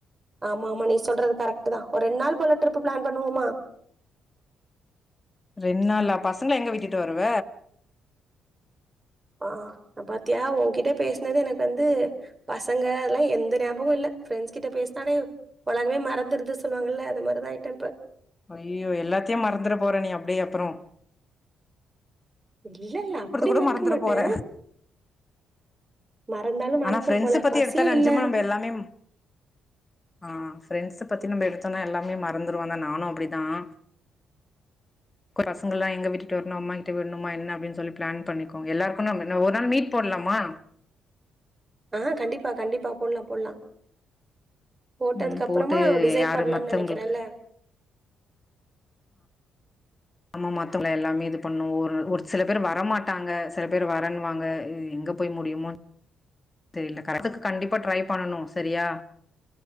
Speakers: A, on the right; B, on the left.
A: ஆமா ஆமா நீ சொல்றது கரெக்ட்டு தான் ஒரு ரெண்டு நாள் போல ட்ரிப்பு பிளான் பண்ணுவோமா
B: ரெண்டு நாளா பசங்க எங்க விட்டுட்டு வருவ
A: ஹா பாத்தியா உங்ககிட்ட பேசினது எனக்கு வந்து பசங்க அதெல்லாம் எந்த ஞாபமும் இல்ல ப்ரெண்ட்ஸ் கிட்ட பேசுனலே உலகமே மறந்துருது சொல்லுவாங்கல்ல அது மாதிரிதான் ஆய்டே இப்ப
B: ஐய்யயோ எல்லாத்தையும் மறந்துட போற நீ அப்டியே அப்புறம்
A: இல்ல இல்ல அப்டி
B: கூட
A: மறக்க
B: மறந்துற
A: மாட்டே
B: போற
A: மறந்தாலு மறப்பே
B: ஆனா பிரண்ட்ஸ
A: போல.
B: பத்தி
A: பசியே
B: எடுத்த அஞ்சும
A: இல்ல.
B: நம் எல்லாமே ஹ பிரண்ட்ஸ் பத்தி நம் எடுத்தோமனா எல்லாமே மறந்துருவத நானும் அப்டிதான் பசங்க எல்லாம் எங்க வீட்டுரணும் அம்மா கிட்ட விடணுமா என்ன அப்டின்னு சொல்லி பிளான் பண்ணிக்கோங்க எல்லாருக்கும் ஒரு நாள் மீட் போடலாமா
A: ஹா கண்டிப்பா கண்டிப்பா போடுலாம்-போடுலாம் போட்டதுக்கு
B: ம்
A: அப்புறமா
B: போட்டு
A: டிசைட்
B: யாரு
A: பண்ணலாம்னு
B: மத்தவங்களுக்கு
A: நெனைக்கிறேன்ல்ல
B: அம்ம மாத்தவங்கள எல்லாமே இது பண்ணும் ஒரு-ஒரு சில பேர் வரமாட்டாங்க சில பேர் வரன்னுவாங்க எங்க போய் முடியுமோ தெரியல கரத்துக்கு கண்டிப்பா ட்ரை பண்ணனும் செரியா